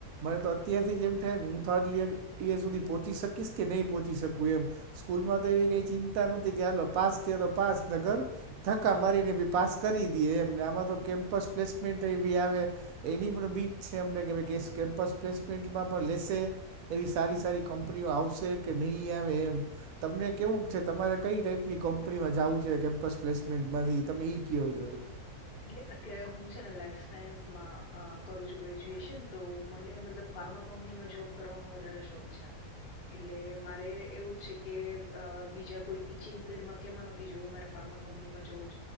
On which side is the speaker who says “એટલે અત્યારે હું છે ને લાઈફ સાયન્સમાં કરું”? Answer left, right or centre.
Left